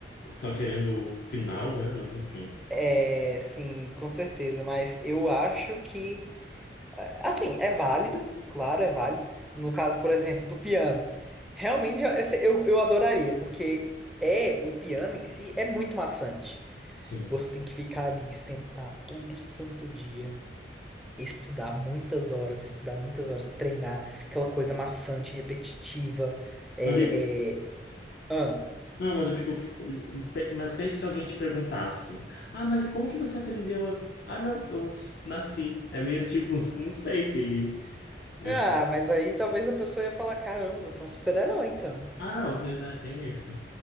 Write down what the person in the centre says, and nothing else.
É, sim, com certeza. Mas eu acho que, assim, é válido. Claro, é válido. No caso, por exemplo, do piano. Realmente, eu, eu eu adoraria, porque é, o piano em si é muito maçante.
Você tem que ficar ali, sentar todo santo dia, estudar muitas horas, estudar muitas horas, treinar, aquela coisa maçante, repetitiva. É,
é... Ah.
Ah, mas aí talvez a pessoa ia falar: caramba, você é um super-herói, então.